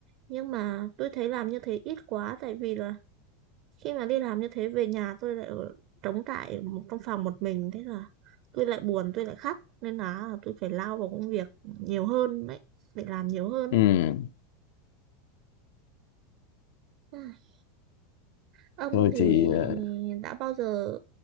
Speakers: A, on the right (about 45°); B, on the left (about 70°).
A: Nhưng mà tôi thấy làm như thế ít quá tại vì là khi mà đi làm như thế về nhà tôi lại ở- trống trải ở một trong phòng một mình thế là tôi lại buồn tôi lại khóc nên là tôi phải lao vào công việc nhiều hơn đấy để làm nhiều hơn
B: ừ.
A: ấy Ai, ông
B: Tôi
A: thì
B: thì ờ,
A: đã bao giờ